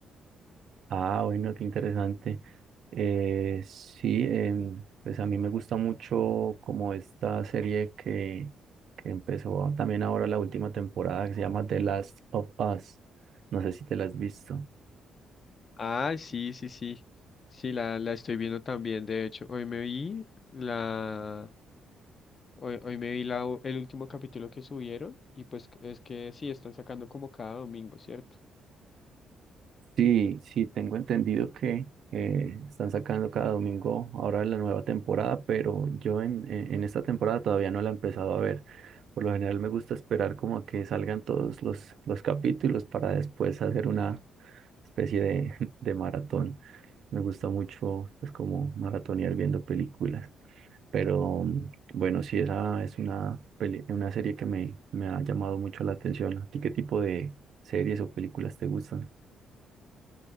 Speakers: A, on the right; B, on the left.
A: Ah, bueno, qué interesante. Eh, sí, em, pues a mí me gusta mucho como esta serie que, que empezó también ahora la última temporada que se llama The Last of Us. No sé si te la has visto.
B: Ah, sí, sí, sí. Sí, la, la estoy viendo también, de hecho. Hoy me vi la... Hoy, hoy me vi la, u- el último capítulo que subieron y pues es que sí, están sacando como cada domingo, ¿cierto?
A: Sí, sí, tengo entendido que eh, están sacando cada domingo ahora la nueva temporada, pero yo en, en en esta temporada todavía no la he empezado a ver. Por lo general me gusta esperar como a que salgan todos los, los capítulos para después hacer una especie de, <laughs> de maratón. Me gusta mucho pues como maratonear viendo películas. Pero mm, bueno, sí, esa es una, peli- una serie que me, me ha llamado mucho la atención. ¿A ti qué tipo de series o películas te gustan?